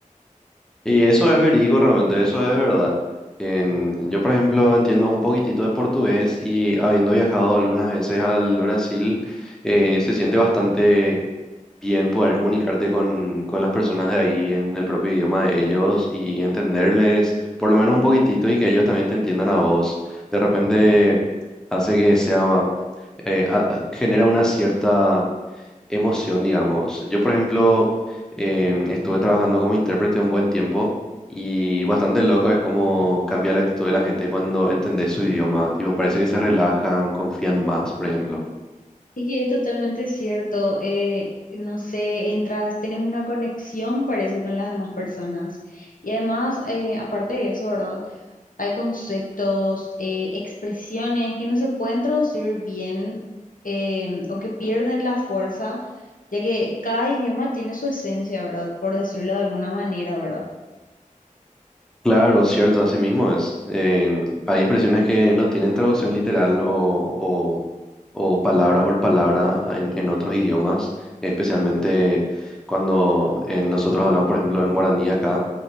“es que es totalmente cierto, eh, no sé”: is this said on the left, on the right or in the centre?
Left